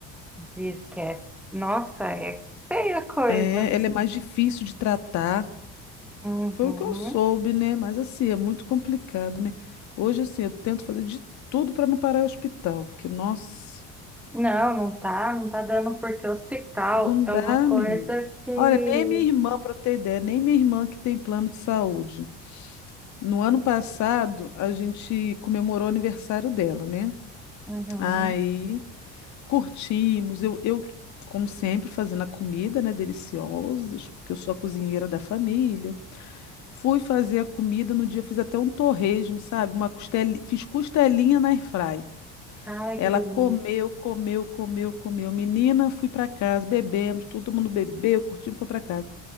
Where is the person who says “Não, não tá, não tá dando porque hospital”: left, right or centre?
Centre